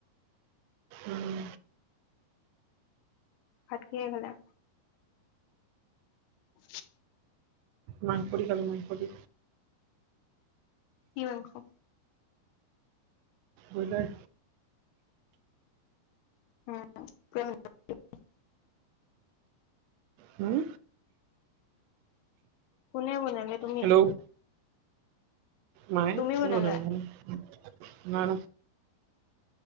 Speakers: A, on the right (about 90°); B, on the left (about 80°).
A: উম।
B: ভাত কিহে খালা? উ
A: মাংস দি খালোঁ, মাংস দি।
B: কি মাংস?
A: বইলাৰ।
B: উম <unintelligible>
A: হুম
B: কোনে বনালে তুমি?
A: হেল্ল' মায়ে,
B: তুমি
A: কোনে
B: বনালা
A: বনাব আৰু, মা